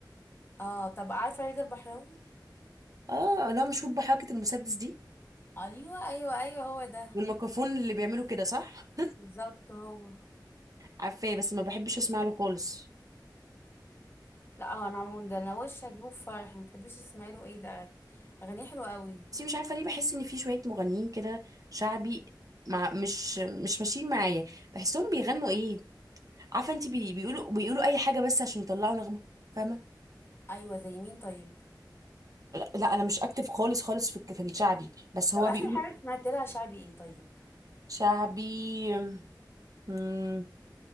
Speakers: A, on the left; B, on the right.
A: اه طب عارفة رضا البحراوي
B: اه اللي هو مشهور بحركه المسدس دي
A: ايوه ايوه ايوه هو ده
B: والميكروفون اللي بيعملوا كده صح
A: بالظبط هو
B: عارفاه بس ما بحبش اسمع له خالص
A: لا اه انا عمون ده انا وش هجيبه في فرحي ما تحبيش تسمعي له ايه ده اغانيه حلوه قوي
B: بس مش عارفه ليه بحس ان في شويه مغنيين كده شعبي مع مش مش ماشيين معايا بحسهم بيغنوا ايه عارفه انت بي بيقولوا بيقولوا اي حاجه بس عشان يطلعوا نغمه فاهمه
A: ايوه زي مين طيب
B: لا انا مش اكتف خالص خالص في الك- في الشعبي بس هو
A: طب اخر
B: بيقولوا
A: حاجه سمعت لها شعبي ايه طيب
B: شعبي مم،